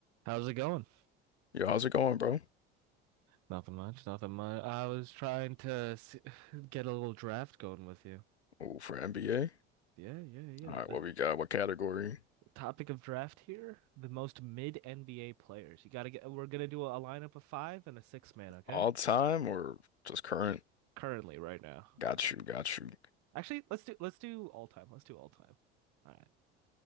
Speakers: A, on the right; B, on the left.
A: How's it going?
B: Yo, how's it going, bro?
A: Nothing much, nothing much. I was trying to s <sighs> get a little draft going with you.
B: Oh, for NBA.
A: Yeah, yeah, yeah.
B: All right,
A: The
B: what we got? What category?
A: topic of draft here, the most mid NBA players. You gotta get, we're gonna do a, lineup of five and a six man, okay?
B: All time or just current?
A: Currently, right now.
B: Got you, got you.
A: Actually, let's do let's do all time. Let's do all time. All right.